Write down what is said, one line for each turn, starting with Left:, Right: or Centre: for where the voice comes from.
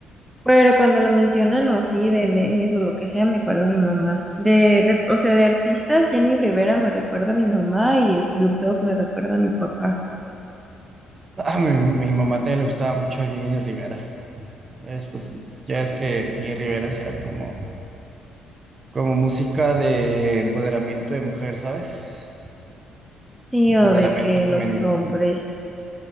Centre: Pero cuando lo mencionan o así de memes o lo que sea, me acuerdo a mi mamá. De, de, o sea, de artistas, Jenny Rivera me recuerda a mi mamá y Snoop Dogg me recuerda a mi papá.
Right: A mi, mi mamá también le gustaba mucho Jenny Rivera. Es, pues, ya es que Jenny Rivera hacía como, como música de empoderamiento de mujer, ¿sabes?
Centre: Sí,
Right: Empoderamiento
Centre: o de que
Right: femenino.
Centre: los hombres,